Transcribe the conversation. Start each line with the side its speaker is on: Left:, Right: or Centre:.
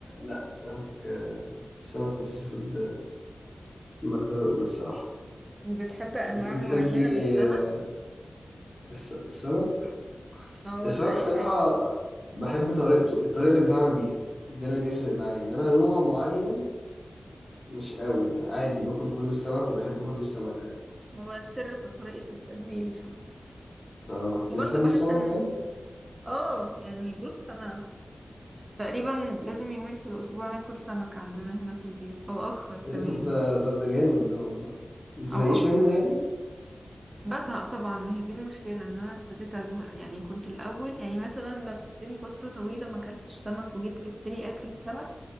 Left: لا السمك آه، السمك والسي فود آه، المرتبة الاولى الصراحة
Right: بتحب أنواع
Left: انت بتحبي
Right: معينة من السمك
Left: آه، الس- السمك
Right: اه ولا
Left: السمك
Right: أي
Left: الصراحة
Right: حاجة
Left: بحب طريقته الطريقة اللي بيتعمل بيها ده اللي بيفرق معايا انما نوع معين مش قوي يعني عادي باكل كل السمك وبحب كل السمك عادي
Right: هو السر في طريقة التتبيل فيه
Left: اه
Right: بس
Left: انت
Right: برضه
Left: بتحبي
Right: بحس
Left: السمك
Right: إن
Left: طيب؟
Right: اه يعني بص أنا تقريبا لازم يومين في الأسبوع ناكل سمك عندنا هنا في البيت أو أكتر
Left: ايه
Right: كمان
Left: ده طب ده ده ده جامد ده والله انت
Right: أو
Left: زهقيش
Right: أكتر
Left: منه يعني؟
Right: بزهق طبعا ما هي دي المشكلة إن أنا ابتديت أزهق يعني كنت الأول يعني مثلا لو سبتني فترة طويلة ما أكلتش سمك وجيت جبت لي أكلة سمك